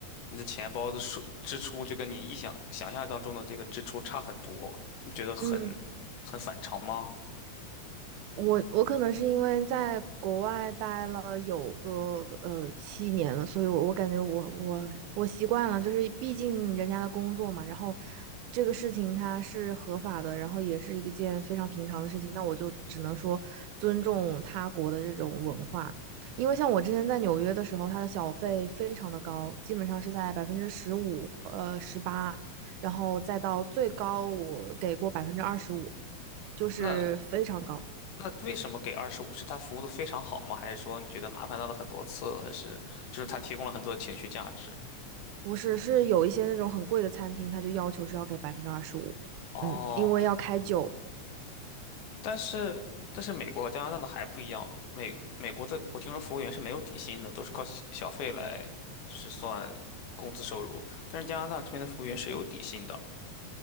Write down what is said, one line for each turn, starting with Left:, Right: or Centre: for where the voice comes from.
Left: 你的钱包的数支出就跟你意想想象当中的这个支出差很多，你不觉得很很反常吗？
Right: 嗯，我我可能是因为在国外待了有个呃七年了，所以我我感觉我我我习惯了，就是毕竟人家的工作嘛，然后这个事情它是合法的，然后也是一件非常平常的事情，那我就只能说尊重他国的这种文化，因为像我之前在纽约的时候，它的小费非常的高，基本上是在百分之十五呃十八，然后再到最高我给过百分之二十五，就是非常高。
Left: 那那为什么给二十五？是他服务的非常好吗？还是说你觉得麻烦到了很多次？还是就是他提供了很多的情绪价值？
Right: 不是，是有一些那种很贵的餐厅，他就要求是要给百分之二十五，
Left: 哦，
Right: 嗯，因为要开酒，
Left: 但是但是美国和加拿大的还不一样，美美国的我听说服务员是没有底薪的，都是靠小小费来就是算工资收入，但是加拿大这边的服务员是有底薪的。